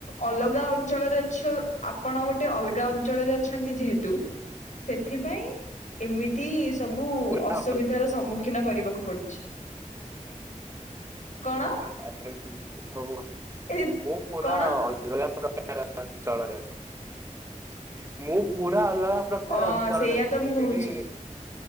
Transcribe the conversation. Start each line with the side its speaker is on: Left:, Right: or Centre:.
Left: ଅଲଗା ଅଞ୍ଚଳରେ ଅଛୁ ଆପଣ ଗୋଟେ ଅଲଗା ଅଞ୍ଚଳରେ ଅଛନ୍ତି ଯେହେତୁ ସେଥିପାଇଁ ଏମିତି ସବୁ
Right: ପୁରା
Left: ଅସୁବିଧାର ସମ୍ମୁଖୀନ କରିବାକୁ ପଡୁଛି। କଣ?
Right: <unintelligible> ହଉ ଆଉ
Left: ଏ
Right: ମୁଁ ପୁରା
Left: କଣ
Right: ଅଲଗା ପ୍ରକାର ଅଞ୍ଚଳରେ ଅଛି। ମୁଁ ପୁରା ଅଲଗା ପ୍ରକାର
Left: ଅ
Right: ଅଞ୍ଚଳରେ
Left: ସେଇଆ ତ ମୁଁ
Right: ଅଛି।
Left: କହୁଛି